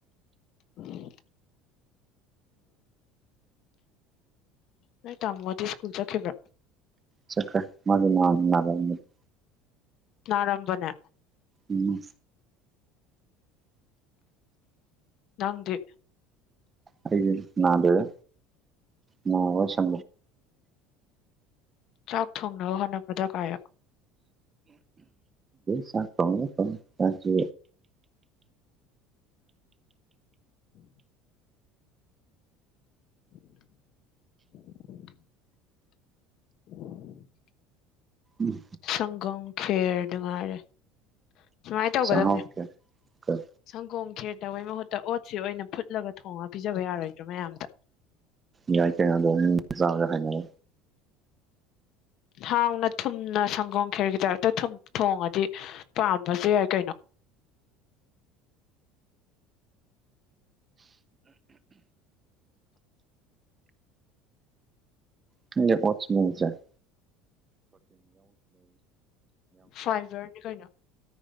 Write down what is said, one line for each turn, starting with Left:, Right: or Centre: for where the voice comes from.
Left: <unintelligible> ꯅꯣꯏ ꯇꯃꯣꯗꯤ ꯁꯀ꯭ꯨꯜ ꯆꯠꯈꯤꯕꯔꯣ
Right: ꯆꯠ꯭ꯔꯦ <unintelligible>
Left: ꯅꯔꯝꯕꯅꯦ
Right: ꯎꯝ
Left: ꯅꯪꯗꯤ
Right: ꯑꯩꯒꯤ ꯅꯗꯦꯕ ꯅ ꯋꯥ ꯆ
Left: ꯆꯥꯛ ꯊꯣꯡꯅꯕ ꯍꯣꯠꯅꯕꯗ ꯀꯥꯏ
Right: ꯆꯄꯉꯦ ꯀ ꯆꯁꯤ
Left: ꯎ <inaudible> <unintelligible>
Right: ꯎꯝ
Left: ꯁꯪꯒꯝ ꯈꯦꯔ ꯑꯗꯨ ꯉꯥꯏꯔꯦ ꯁꯨꯃꯥꯏꯅ ꯇꯧꯒꯗꯧꯅꯦ
Right: ꯆꯥꯛꯍꯥꯎ ꯀꯌꯥ
Left: ꯁꯪꯒꯣꯝ ꯈꯦꯔꯠꯇꯕꯩ ꯃꯍꯨꯠꯇ ꯑꯣꯠꯁꯤ ꯑꯣꯏꯅ ꯐꯨꯠꯂꯒ ꯊꯣꯡꯉ ꯄꯤꯖꯕ ꯌꯥꯔꯣꯏꯗ꯭ꯔꯣ ꯃꯌꯥꯝꯗ
Right: ꯌꯥꯏ ꯀꯌꯥꯗꯣꯥꯒ ꯍꯥꯏꯦ
Left: ꯍꯥꯎꯅ ꯊꯨꯝꯅ ꯁꯪꯒꯣꯝ ꯈꯦꯔꯒꯤꯗꯔꯛꯇ ꯊꯣꯡꯉꯗꯤ ꯄꯥꯝꯕꯁꯨꯦ ꯌꯥꯏ ꯀꯩꯅꯣ
Right: ꯁꯁꯦꯇ ꯌꯥ
Left: ꯐꯥꯏꯕꯔꯅꯤ ꯀꯩꯅꯣ